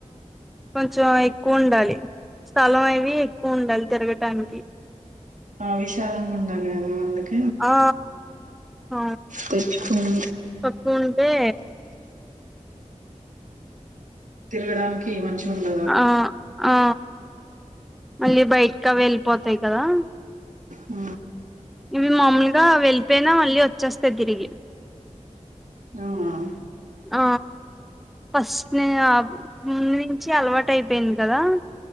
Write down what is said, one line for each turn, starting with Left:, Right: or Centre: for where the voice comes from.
Centre: కొంచెం ఎక్కువ ఉండాలి స్థలం అవి ఎక్కువ ఉండాలి తిరగటానికి
Right: ఆ విశాలంగా ఉండాలి కదా వాళ్ళక్
Centre: ఆ అ
Right: తెచ్చుకోము.
Centre: తక్కువుంటే
Right: తిరగడానికి మంచి ఉండదు
Centre: ఆ ఆ మళ్ళీ బయటకి అవే వెళ్ళిపోతాయి కదా
Right: ఆ
Centre: ఇవి మామూలుగా వెళ్ళిపోయినా మళ్ళీ వచ్చేస్తాయి తిరిగి
Right: అవునా
Centre: ఆ ఫస్ట్ ముందు నుంచి అలవాటు అయిపోయింది కదా